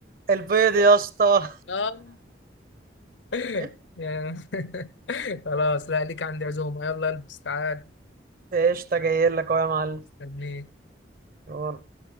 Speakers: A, on the right; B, on the left.
A: البيض يا اسطى
B: اه <laughs>
A: <laughs>
B: يا- <laughs> خلاص لا ليك عندي عزومة يلا البس تعال
A: قشطة جاي لك اهو يا معلم
B: استنيك
A: يلا